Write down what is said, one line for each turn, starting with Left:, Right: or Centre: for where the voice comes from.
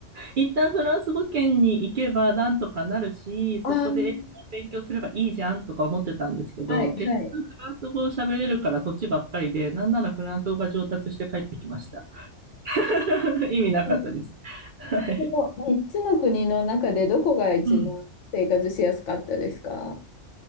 Right: 一旦フランス語圏に行けばなんとかなるし、
Left: あ
Right: そこで英語を勉強すればいいじゃんとか思ってたんですけど、
Left: あはいはい。
Right: 結局フランス語を喋れるからそっちばっかりで、なんならフランス語が上達して帰ってきました。<laughs> 意味なかったです。
Left: うん
Right: はい。
Left: この3つの国の中でどこが一番生活しやすかったですか
Right: うん。